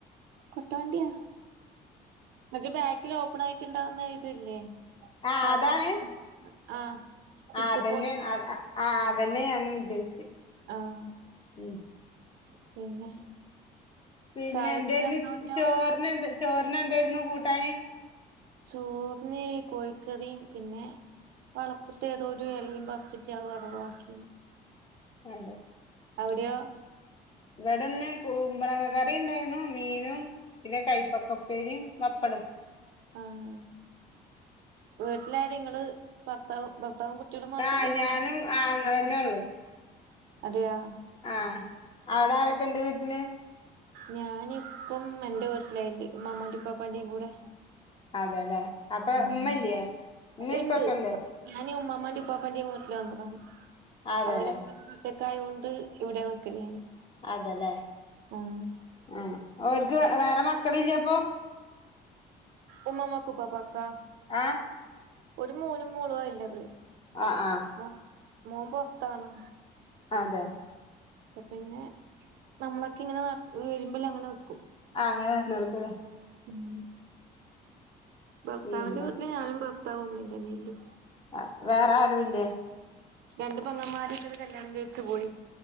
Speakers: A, on the right; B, on the left.
A: കൊട്ടവണ്ടിയാ ഒരു ബാക്കില് ഓപ്പൺ ആയിട്ടുണ്ടാവുന്ന ഇതില്ലേ
B: ആഹ്
A: സാധനം
B: അതാണ്
A: ആഹ് പിക്കപ്പ്
B: ആഹ് അതന്നെണ് ആഹ് അഹ് ആഹ് അതന്നെ ഞാനും ഉദ്ദേശിചെ
A: ആഹ്
B: ഉം
A: പിന്നെ
B: പിന്നെ
A: ചായ കുടിക്കാൻ
B: എന്തായിര്ന്
A: എത്ര മണിയാവും
B: ചോറിന് എന്താ ചോറിന് എന്തായിരുന്നു കൂട്ടാന്
A: ചോറിന് കോഴിക്കറി പിന്നെ വളപ്പത്തെ ഏതോരു എലയും പർ ച്ചിട്ട് അഹ് വറവ് ആക്കിനി
B: അതെ
A: അവ്ടെയോ
B: വിടെന്ന് കൂമ്പളങ്ങ കറി ഉണ്ടായിന്നു മീനും പിന്നെ കൈപ്പക്കപ്പേരിം വപ്പടും
A: ആഹ്. വീട്ടിലാരെങ്ങള് ഭർത്താവും ഭർത്താവും കുട് ട്ട്യളും മാത്രല്ലെള്ളു.
B: ആഹ് ഞാനും ആഹ് ഇങ്ങളന്നെ ഉള്ളു
A: അതെയാ
B: ആഹ്. അവ്ടാരൊക്കെണ്ട് വീട്ടില്
A: ഞാനിപ്പം എൻ്റെ വീട്ടിലായില്ലെ ഉമ്മ മ്മാന്റിം ഉപ്പപ്പാന്റിം കൂടെ
B: അതെലേ അപ്പൊ
A: ഉം
B: ഇമ്മല്യേ ഇമ്മീം
A: ഇണ്ട്
B: പ്പൊക്കെല്ലേ
A: ഞാന് ഉമ്മാമ്മാന്റയും ഉപ്പാപ്പാന്റെയും വീട്ടില് വന്നതാണ്
B: അതെല്ലേ
A: അവര് റ്റക്കായോണ്ട് ഇവിടെ നിക്കല് ഞാന്
B: അതെലേ
A: ആഹ്
B: ആ ഓൽക്ക് വേറെ മക്കളില്ല്യെ പ്പൊ
A: ഉമ്മമാക്കു ഉപ്പാപ്പാക്ക്‌വാ
B: ആഹ്
A: ഒരു മോനും മോളുവാ ഇല്ലത്
B: ആഹ് ആഹ്
A: മോ മോൻ പൊർത്താണ്
B: അതെ
A: പ്പ പിന്നെ നമ്മളൊക്കെ ഇങ്ങനെ വ വെരുമ്പല്ലങ്ങനെ നിക്കും
B: ആ അങ്ങനെ വര്ല് നികുലെ
A: ഉം.. ഭർത്താവിന്റെ
B: പിന്നെ
A: വീട്ടില് ഞാനും ഭർത്താവുംമ്മീം തന്നേല്ലു
B: അ വേറാരു ല്ലേ
A: രണ്ട് പൊങ്ങമ്മാര്ല്ലത് കല്യാണം കെഴിച്ച് പോയി